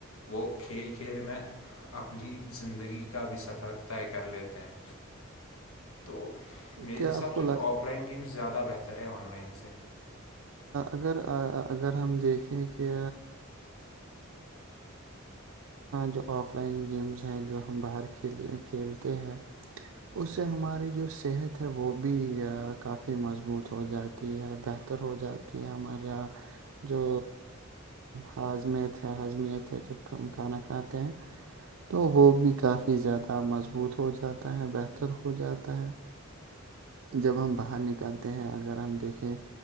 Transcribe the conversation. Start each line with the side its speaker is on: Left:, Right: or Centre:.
Left: وہ کھیل کھیل میں اپنی زندگی کا بھی سفر طے کر لیتے ہیں تو میرے
Right: کیا
Left: حساب
Right: آپ کو
Left: سے
Right: لگ
Left: تو آف لائن گیمز زیادہ بہتر ہے آن لائن سے
Right: اگر اگر ہم دیکھیں کہ جو آف لائن گیمس ہیں جو ہم باہر کھیلی کھیلتے ہیں اس سے
Left: جی
Right: ہماری جو صحت تھے وہ بھی کافی مضبوط ہو جاتی ہے بہتر ہو جاتی ہے ہمارے یہاں جو ہاضمیت ہے ہاضمیت ہے جب ہم کھانا کھاتے ہیں تو وہ بھی کافی زیادہ مضبوط ہو جاتا ہے بہتر ہو جاتا ہے جب ہم باہر نکالتے ہیں اگر ہم دیکھیں